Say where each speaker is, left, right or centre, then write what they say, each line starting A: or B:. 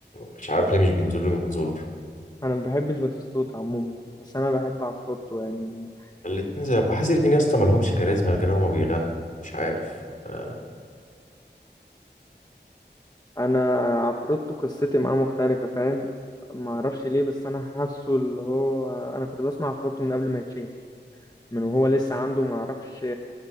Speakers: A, on the left (about 45°); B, on the left (about 20°).
A: مش عارف ليه مش بينزلوا من زور
B: انا ما بحبش باتيستوتا عموما بس انا بحب عفروتو يعني
A: الاتنين زي بحس الاتنين يا اسطى مالهمش كاريزما كده هما بيغنوا مش عارف آه،
B: انا عفروتو قصتي معاه مختلفة فاهم ما اعرفش ليه بس انا حاسه اللي هو انا كنت بسمع عفروتو من قبل ما يتشهر من وهو لسه عنده ما اعرفش